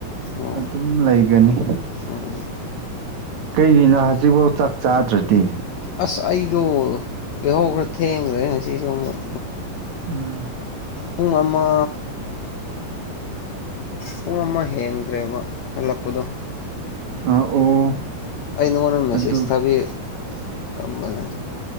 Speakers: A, on the left; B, on the right.
A: ꯑꯣ
B: ꯑꯗꯨꯝ ꯂꯩꯒꯅꯤ
A: ꯎꯝ
B: ꯀꯩꯒꯤꯅꯣ ꯍꯧꯖꯤꯛꯐꯧ ꯆꯥꯛ ꯆꯥꯗ꯭ꯔꯗꯤ
A: ꯑꯁ ꯑꯩꯗꯣ ꯍꯧ ꯈꯔ ꯊꯦꯡꯈ꯭ꯔꯦ ꯉꯁꯤꯁꯨ ꯑꯃꯨꯛ
B: ꯑꯥ
A: ꯎꯨꯡ ꯑꯃ ꯄꯨꯡ ꯑꯃ ꯍꯦꯟꯈ꯭ꯔꯦꯕ ꯍꯜꯂꯛꯄꯗꯣ
B: ꯑ ꯑꯣ
A: ꯑꯩ ꯅꯪꯉꯣꯟꯗ ꯃꯦꯁꯦꯖ
B: ꯑꯗꯨ
A: ꯊꯥꯕꯤ ꯑꯃꯝꯕꯅ